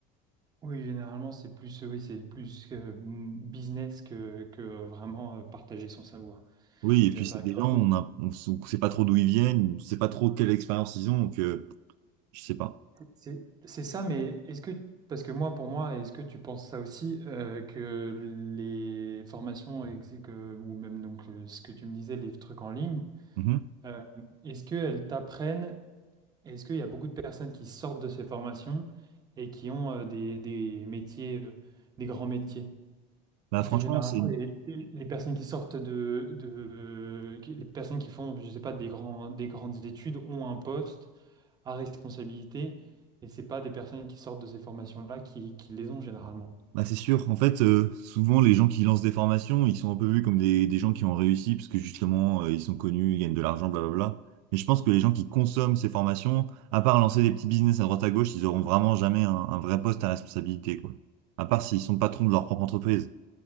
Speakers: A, on the right; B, on the right.
A: Oui, généralement, c'est plus, oui, c'est plus euh, business que, que vraiment euh, partager son savoir.
B: Oui,
A: Je
B: et
A: suis
B: puis
A: d'accord
B: c'est
A: avec
B: des
A: toi.
B: gens,
A: Mais
B: on a, on, s- on sait pas trop d'où ils viennent, on sait pas trop quelle expérience ils ont, donc euh, je sais pas.
A: C'est c'est ça, mais est-ce que, parce que moi, pour moi, est-ce que tu penses ça aussi, euh, que les formations, et que, que- ou même donc euh, ce que tu me disais, les trucs en ligne,
B: Mhm.
A: euh, est-ce qu'elles t'apprennent, est-ce qu'il y a beaucoup de personnes qui sortent de ces formations et qui ont euh, des, des métiers, euh, des grands métiers?
B: Bah
A: Parce
B: franchement,
A: que généralement,
B: c'est
A: les, les personnes qui sortent de, de- qui- les personnes qui font, je sais pas, des grands, des grandes études ont un poste à responsabilité et c'est pas des personnes qui sortent de ces formations-là qui, qui les ont généralement.
B: bah, c'est sûr. En fait, euh, souvent les gens qui lancent des formations, ils sont un peu vus comme des, des gens qui ont réussi parce que justement euh, ils sont connus, ils gagnent de l'argent, blablabla. Mais je pense que les gens qui consomment ces formations, à part lancer des petits business à droite à gauche, ils auront vraiment jamais un, un vrai poste à responsabilité, quoi. À part s'ils sont patrons de leur propre entreprise.